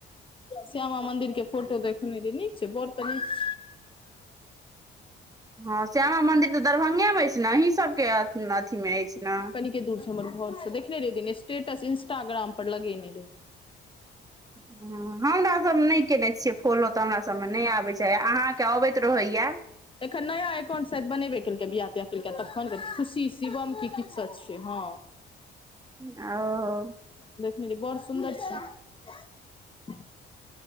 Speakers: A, on the left; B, on the right.
A: श्यामा मंदिर के फोटो देखने रे नीक छै बड़ तऽ नीक छै
B: हँ श्यामा मंन्दिर तऽ दरभंगे मे अछि ने अहीं सबके अथी मे अछि ने
A: क दूर छै हमर घर से देखने रहय दने स्टेटस इंस्टाग्राम पर लगेने रहे
B: <inaudible> ह हमरासभमे नहि कयने छियै फॉलो तऽ हमरासभमे नहि आबैत छै अहाँके अबैत रहैए
A: एखन नया एकाउंट सब बनेबे केलकै बियिया तिया केलकै तखन गे खुशी शिवम के कित्सक छियै हँ
B: ओ
A: देखनेरी बड़ सुन्दर छी